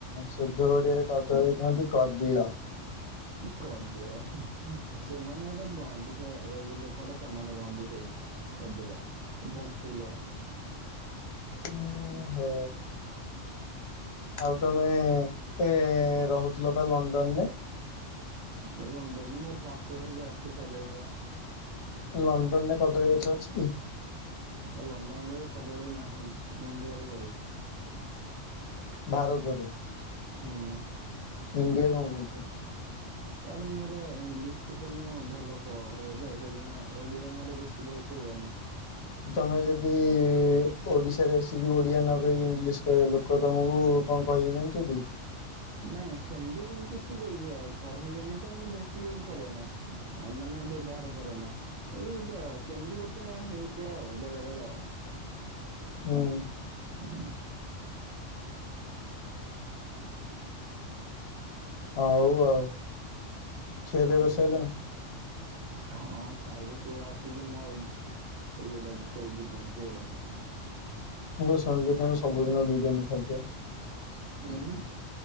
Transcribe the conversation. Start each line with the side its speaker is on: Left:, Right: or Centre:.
Left: ସୁଧ ଓଡିଆରେ କଦଳୀ କୁହନ୍ତି କଦିଳ।
Right: କଦିଳ ସେମାନେ ଏଟା ଅ ଟିକେ ଏଜ୍ ଲୋକଗୁରା ସେମାନେ କହନ୍ତି ସେଇୟା କଦିଳ, ବନ୍ତୁଲ।
Left: ଉ ହୋ। ଆଉ ତମେ-ଏ-ଏ-ଏ ଏ-ଏ ରହୁଥିଲ ବା ଲଣ୍ଡନରେ?
Right: ଲଣ୍ଡନରେ ମୋର ଟ୍ରାନ୍ସଫର ହେଇକି ଆସି ସାରିଲିଣିିବା।
Left: ଲଣ୍ଡନରେ କଦଳୀ ଗଛ ଅଛି?
Right: ଆଉ ଲଣ୍ଡନ ରେ କଦଳୀ ନାହିଁ। ଇଣ୍ଡିଆ ରୁ ଯାଉଛି। ହୁଁ।
Left: ଭାରତରେ ଇଂଣ୍ଡିଆ କଣ କହୁଚ?
Right: ଆରେ ମୋର ଇଂଲିଶ ଟିକେ ମୁଁ ଭଲ କ ହୁଏ ତ ସେଇଯୋଉ ଆଁ ଓଡିଆ ମୋର ବେଶୀ ଭଲସେ ହୁଏନି।
Left: ତମେ ଯଦି। ଓଡିଶାରେ ଆସିକି ଓଡିଆ ନ କହିକି ଇଂଲିଶ କହିବେ ଲୋକ ତମକୁ କଣ କହିବେ ଜାଣିଚଟି।
Right: ନାଇଁ ସେମିତି କଣ କିଛି <unintelligible> କହିବେନି ତ ମୁଁ ବେଶୀ ସିଏଜ୍‌ କରେନା ମାନେ ବ୍ୟବହାର କରେ ନା। ଏଇଟା କେମିତି ଗୋଟେ ହେଇଯାଏ ଆଉ ବେଳେ ବେଳେ ଆଉ।
Left: ହୁଁ।
Right: ହୁଁ।
Left: ହଉ ଆଉ ଖିଆପିଆ କରିସାରିଲଣି।
Right: ହଁ ଖାଇବା ପିଇବା ଆସିକି ମୋର ଏଇଡାକୁ ସଉଦି ପୁଅଡାକୁ।
Left: ମୁଁ କଣ ସଂଗୀତର ସବୁଦିନ ବିରିୟାନୀ ଖାଉଚ।
Right: ଉଁ